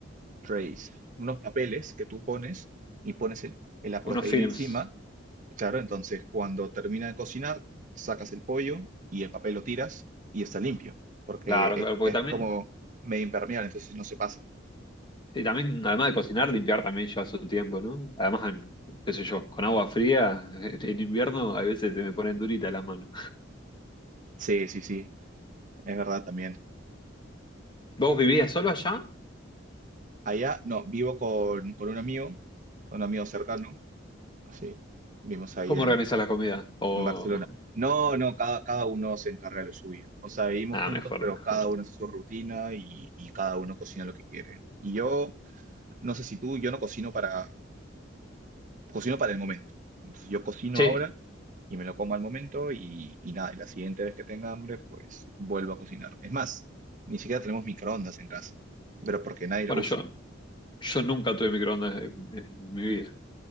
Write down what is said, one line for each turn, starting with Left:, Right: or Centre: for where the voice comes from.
Right: trays, unos papeles que tú pones y pones el- la
Left: unos
Right: proteína
Left: films.
Right: encima. Claro, entonces cuando termina de cocinar, sacas el pollo y el papel lo tiras y está limpio, porque
Left: Claro,
Right: es,
Left: claro, porque
Right: es
Left: también
Right: como medio impermeable, entonces no se pasa.
Left: Sí, también, además de cocinar, limpiar también lleva su tiempo, ¿no? Además, qué sé yo, con agua fría, <laughs> en, en invierno a veces se me ponen duritas las manos.
Right: Sí, sí, sí, es verdad también.
Left: ¿Vos vivías solo allá?
Right: Allá, no, vivo con, con un amigo, con un amigo cercano, sí, vivimos ahí
Left: ¿Cómo
Right: en,
Left: organizas la comida? O,
Right: en Barcelona. No, no, cada, cada uno se encarga de lo suyo. O sea, vivimos
Left: ah,
Right: juntos,
Left: mejor,
Right: pero
Left: mejor.
Right: cada uno hace su rutina y, y cada uno cocina lo que quiere. Y yo, no sé si tú, yo no cocino para, cocino para el momento. Entonces, yo cocino
Left: Sí,
Right: ahora y me lo como al momento y, y nada, y la siguiente vez que tenga hambre, pues vuelvo a cocinar. Es más, ni siquiera tenemos microondas en casa, pero porque nadie
Left: bueno,
Right: lo usa.
Left: yo, yo nunca tuve microondas en, en mi vida.